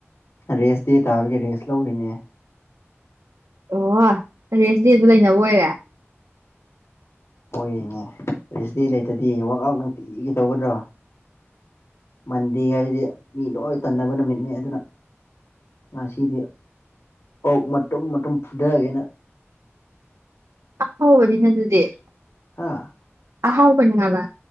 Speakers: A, on the left; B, on the right.
A: ꯔꯦꯁ ꯗꯦ ꯇꯥꯕꯒꯤ ꯔꯦꯁ ꯂꯧꯔꯤꯅꯦ
B: ꯑꯣ ꯔꯦꯁ ꯗꯦꯁꯨ ꯂꯩꯅꯕ ꯑꯣꯏꯔꯦ
A: ꯍꯣꯏꯅꯦ ꯔꯦꯁ ꯗꯦ ꯂꯩꯇꯗꯤ ꯋꯔꯥꯛ ꯑꯥꯎꯠ ꯅꯨꯡꯇꯤꯒꯤ ꯇꯧꯒꯗ꯭ꯔꯣ ꯃꯟꯗꯦ ꯍꯥꯏꯗꯤ ꯃꯤ ꯂꯣꯏ ꯇꯟꯅꯕ ꯅꯨꯃꯤꯠꯅꯤ ꯑꯗꯨꯅ ꯉꯁꯤꯗꯤ ꯑꯣꯧ ꯃꯇꯨꯝ ꯃꯇꯨꯝ ꯐꯨꯊꯒꯦꯅ
B: ꯍꯅꯤ ꯅ ꯑꯗꯨꯗꯦꯔ
A: ꯍꯥꯥ
B: ꯑꯍꯥꯎ ꯀꯅꯤ ꯍꯥꯏꯕ